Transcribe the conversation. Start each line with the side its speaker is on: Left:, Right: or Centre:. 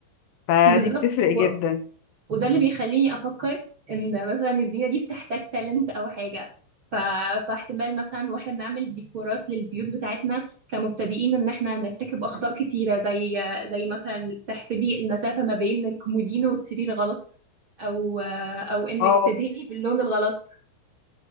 Left: فدي
Right: بالظبط
Left: بتفرق
Right: و-
Left: جدا
Right: وده اللي بيخليني افكر ان مثلا الزينه دي بتحتاج تالنت او حاجه ف... فاحتمال مثلا واحنا بنعمل ديكورات للبيوت بتاعتنا كمبتدئين ان احنا نرتكب اخطاء كتيره زي زي مثلا انك تحسبي المسافه ما بين الكومودينو والسرير غلط او او انك
Left: اه
Right: تدهني باللون الغلط